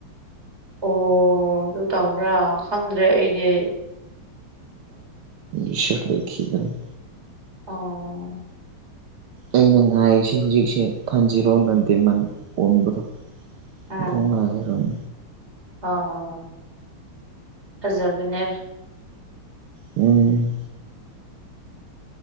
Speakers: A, on the right; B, on the right.
A: ꯑꯣ ꯑꯗꯨ ꯇꯧꯕ꯭ꯔꯥ ꯈꯪꯗ꯭ꯔꯦ ꯑꯩꯗꯤ
B: ꯏ ꯁꯔꯠ ꯂꯩꯈꯤꯗꯅ
A: ꯑꯣ
B: ꯑꯩꯅ ꯉꯥꯏꯔꯤꯁꯦ ꯍꯧꯖꯤꯛꯁꯦ ꯊꯟꯖꯤꯔꯣꯅ ꯗꯦꯃꯟ ꯑꯣꯟꯕꯗꯣ
A: ꯑꯥ
B: ꯊꯉꯥꯏꯔꯣꯝ
A: ꯍꯣꯏ ꯍꯣꯏ ꯍꯣꯏ ꯐꯖꯕꯅꯦ
B: ꯎꯝ